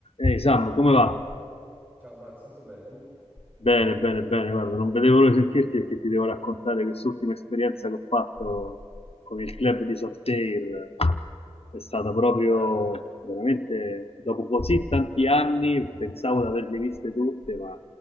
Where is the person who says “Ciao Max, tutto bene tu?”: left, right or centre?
Right